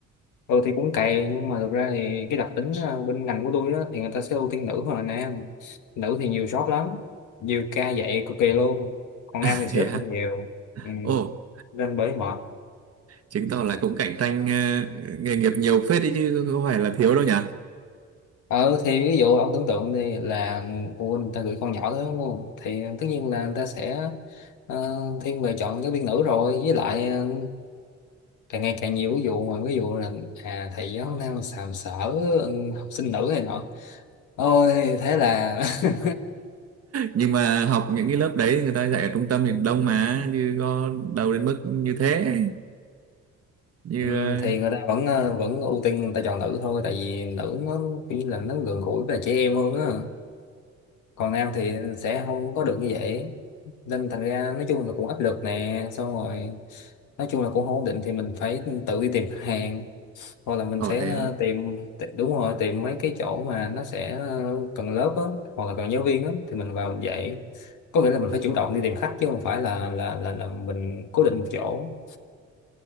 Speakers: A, on the left; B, on the right.
A: ừ thì cũng cày nhưng mà thực ra thì cái đặc tính ờ, bên ngành của tôi á thì người ta sẽ ưu tiên nữ hơn là nam nữ thì nhiều job lắm nhiều ca dạy cực kỳ luôn còn
B: <laughs>
A: nam thì sẽ
B: Thế
A: ít
B: à?
A: hơn nhiều ừ.
B: Ồ.
A: nên bởi mệt
B: chứng tỏ là cũng cạnh tranh ờ, nghề nghiệp nhiều phết đấy chứ có phải là thiếu đâu nhỉ
A: ờ thì ví dụ ông tưởng tượng đi là phụ huynh người ta gửi con nhỏ tới đúng không thì tất nhiên là người ta sẽ ờ, thiên về chọn giáo viên nữ rồi với lại ờ, càng ngày càng nhiều ví dụ ngoài ví dụ là à thầy giáo nam sàm sỡ ừ, học sinh nữ này nọ ôi thế là <laughs>
B: nhưng mà học những cái lớp đấy thì người ta dạy ở trung tâm thì đông mà chứ có đâu đến mức như thế như
A: Ừ,
B: ờ
A: thì người ta vẫn ờ, vẫn ưu tiên người ta chọn nữ thôi tại vì nữ nó khi là nó gần gũi với trẻ em hơn á còn nam thì sẽ không có được như vậy nên thành ra nói chung là cũng áp lực nè xong rồi nói chung là cũng không ổn định thì mình phải tự đi tìm khách hàng hoặc là mình
B: ờ,
A: sẽ
B: thế thôi
A: ờ, tìm ti- đúng rồi tìm mấy cái chỗ mà nó sẽ ờ, cần lớp á hoặc là cần giáo viên á thì mình vào mình dạy có nghĩa là mình phải chủ động đi tìm khách chứ không phải là là là, là mình cố định một chỗ